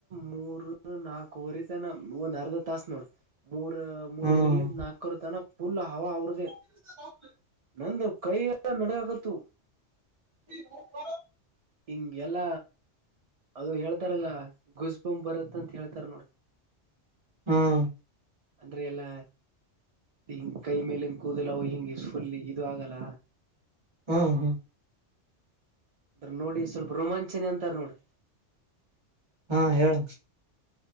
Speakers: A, on the right; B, on the right.
A: ಮೂರ್ ನಾಕವರೆ ತನ ಒಂದ್ ಅರ್ಧ ತಾಸ ನೋಡ ಮೂರ್ ಮೂರವರೆಲಂದ
B: ಹ್ಮ್
A: ನಾಲ್ಕವರ್ ತನ ಫುಲ್ ಹವ ಅವ್ರದೇ
B: ಹ
A: ನಂದು ಕೈ ಎಲ್ಲ ನಡಗಕತ್ತುು
B: <inaudible>
A: ಇಂಗ ಎಲ್ಲ. ಅದು ಹೇಳ್ತಾರಲ್ಲಾ ಗುಜಬಂಬ್ ಬರತ್ ಅಂತ ಹೇಳ್ತಾರ ನೋಡ.
B: ಹ್ಮ್.
A: ಅಂದ್ರೆ ಎಲ್ಲಾ. ಹಿಂಗ ಕೈ ಮೇಲಿಂದ ಕೂದಿಲ್ಲ ಅವ ಹಿಂಗ ಫುಲ್ ಇದು ಆಗಲ್ಲ.
B: ಹ್ಮ್ ಹ್ಮ್.
A: ಅಂದ್ರ ನೋಡಿ ಸ್ವಲ್ಪ ರೋಮಾಂಚನ ಅಂತಾರ ನೋಡ್
B: ಹಾ ಹೇಳ.